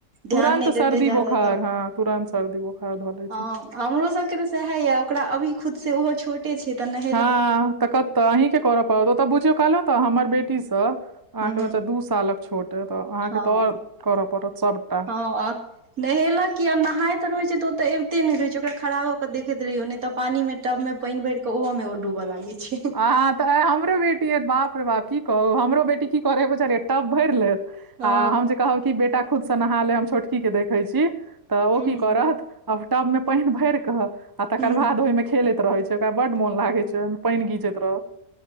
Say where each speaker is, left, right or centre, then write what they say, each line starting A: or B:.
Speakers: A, on the right; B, on the right.
A: तुरंत
B: ध्यान नहि
A: सर्दी
B: देते जादा
A: बोखार हँ तुरंत सर्दी बोखार धलै
B: ह हमरो सब के तऽ सेएह ऐ ओकरा अभी खुद से ओहो छोटे छै तऽ नय ह
A: हँ तऽ कतऽ अहीं के करऽ पड़त ओत बुझियौ कहलहु तऽ हमर बेटी तऽ अहाँ
B: हँ
A: के बच्चा दू सालक छोट अऽ अहाँ
B: हँ
A: के तऽ और करऽ पड़त सबटा
B: <unintelligible> नहेलक कि आ नहैत रहे छै तऽ ओ तऽ अबिते नय रहैत छै ओकरा खरा भऽ के देखैत रहियै नै तऽ पानी मे तब मे पैइन भैर के ओहो में ओ डूबऽ लागै छै
A: आहा तऽ हमरो बेटी ऐ बाप रे बाप की कहू हमरो बेटी की करे बुझल अइ टब भैर लेत
B: हँ
A: आ हम कहब कि बेटा खुद त नहा ले हम छोटकी के देखै छी तऽ
B: हुँ
A: ओ की करत अब टब मे पैन भैर कऽ आ तकर
B: हुँ
A: बाद ओइमे खेलैत रहे छै ओकरा बड मोन लागै छै ओइमे पैइन गीजैत रहत